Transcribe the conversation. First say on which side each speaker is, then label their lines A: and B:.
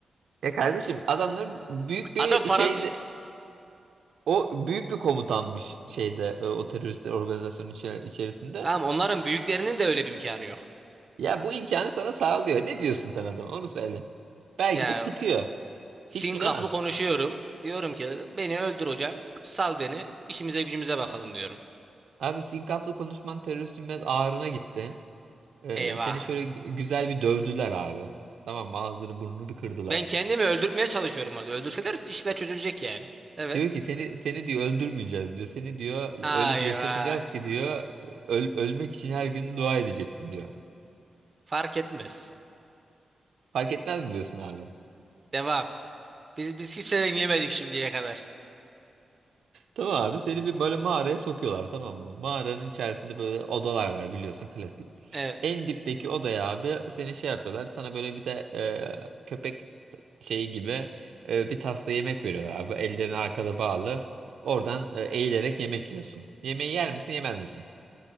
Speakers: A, on the right; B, on the right.
A: Ya kardeşim adamların büyük bir
B: Adam parası...
A: şeyde o büyük bir komutanmış şeyde e, o teröristler organizasyonun içe- içerisinde.
B: Tamam onların büyüklerinin de öyle bir imkanı yok.
A: Ya bu imkanı sana sağlıyor. Ne diyorsun sen adam? Onu söyle. Belki
B: Ya
A: de sıkıyor.
B: sinkaflı
A: Hiç bilemez.
B: konuşuyorum. Diyorum ki beni öldür hocam. Sal beni. işimize gücümüze bakalım diyorum.
A: Abi sinkaflı konuşman teröristin biraz ağrına gitti. Ee,
B: Eyvah.
A: seni şöyle gü- güzel bir dövdüler abi. Tamam mı? Ağzını burnunu bir kırdılar.
B: Ben kendimi öldürtmeye çalışıyorum orada. Öldürseler işler çözülecek yani. Evet.
A: Diyor ki seni seni diyor öldürmeyeceğiz diyor. Seni diyor
B: Ay
A: öyle bir yaşatacağız
B: vay.
A: ki diyor öl- ölmek için her gün dua edeceksin diyor.
B: Fark etmez.
A: Fark etmez mi diyorsun abi?
B: Devam. Biz biz kimseden yemedik şimdiye kadar.
A: Tamam abi seni bir böyle mağaraya sokuyorlar tamam mı? Mağaranın içerisinde böyle odalar var biliyorsun klasik.
B: Evet.
A: En dipteki odaya abi seni şey yapıyorlar sana böyle bir de e, köpek şeyi gibi e, bir tasla yemek veriyorlar abi. Ellerini arkada bağlı oradan e, eğilerek yemek yiyorsun. Yemeği yer misin yemez misin?